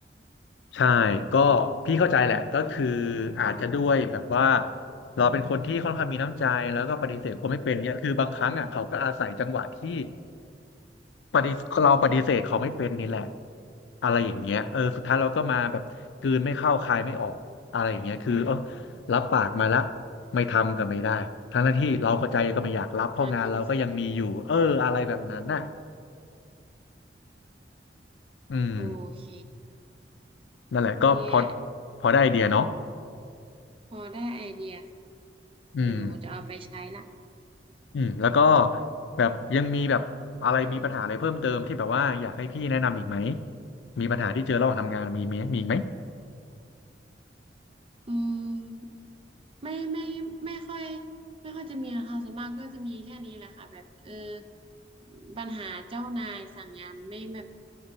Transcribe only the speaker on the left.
ใช่ก็พี่เข้าใจแหละ ก็คืออาจจะด้วยแบบว่าเราเป็นคนที่ค่อนข้างมีน้ำใจแล้วก็ปฏิเสธคนไม่เป็นเนี่ยคือบางครั้งอ่ะเขาก็อาศัยจังหวะที่ปฏิเราปฏิเสธเขาไม่เป็นนี่แหละอะไรอย่างเงี้ยเออสุดท้ายเราก็มาแบบกลืนไม่เข้าคายไม่ออกอะไรอย่างเงี้ยคือเออ
รับปากมาละไม่ทำก็ไม่ได้ทั้งที่เราก็ใจก็ไม่อยากรับเพราะงานเราก็ยังมีอยู่เอออะไรแบบนั้นน่ะ
อืม
นั่นแหละก็พอ
พอได้ไอเดียเนาะ
อืม
อืมแล้วก็แบบยังมีแบบอะไรมีปัญหาอะไรเพิ่มเติมที่แบบว่าอยากให้พี่แนะนำอีกไหมมีปัญหาที่เจอระหว่างทำงานมีไหมมีอีกไหม